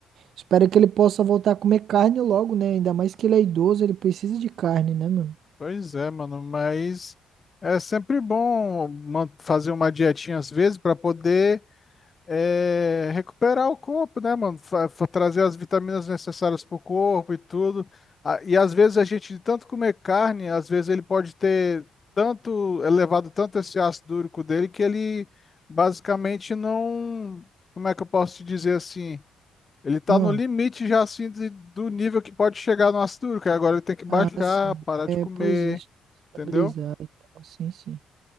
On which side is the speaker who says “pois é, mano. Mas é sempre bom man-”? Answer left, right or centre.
Left